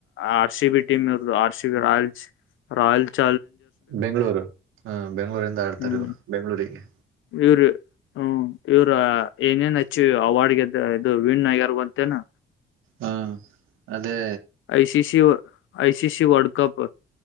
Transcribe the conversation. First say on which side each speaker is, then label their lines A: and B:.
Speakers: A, on the left; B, on the right.
A: ಆರ್ ಸಿಿ ಬಿ ಟೀಮ್ ಇವ್ರದು R C B Royals Royal ಚ
B: ಬೆಂ್ಗಳೂರು ಹ ಬೆಂ್ಗಳೂರಿಂದ ಆಡ್ತಾರೆ
A: ಹ್ಮ್
B: ಇವ್ರು ಬೆಂಗಳೂರಿಗೆ
A: ಇವ್ರ ಹ್ಮ ಇವ್ರ ಏನೇನ್ ಹಚ್ಚಿ ಅವಾರ್ಡ್ಗೆದ ಇದು ವೀಣಗ್ಯಾರ ಅಂತನಾ
B: ಹಾ ಅದೇ
A: I C C I C C World Cup